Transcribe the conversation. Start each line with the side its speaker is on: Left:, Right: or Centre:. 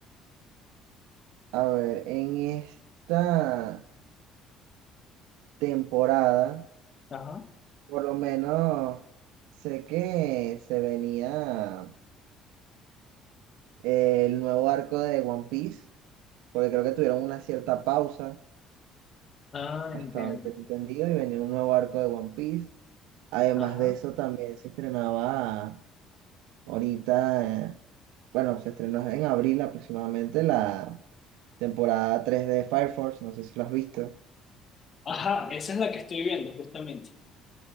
Right: a ver, en esta temporada,
Left: Ajá.
Right: por lo menos sé que se venía... eh, el nuevo arco de One Piece, porque creo que tuvieron una cierta pausa,
Left: Ah,
Right: hasta
Left: entiendo.
Right: donde tengo entendido, y venía un nuevo arco de One Piece. Además
Left: Ajá.
Right: de eso, también se estrenaba ahorita, eh, bueno, se estrenó en abril aproximadamente la temporada 3 de Fire Force, no sé si lo has visto.
Left: Ajá, esa es la que estoy viendo justamente.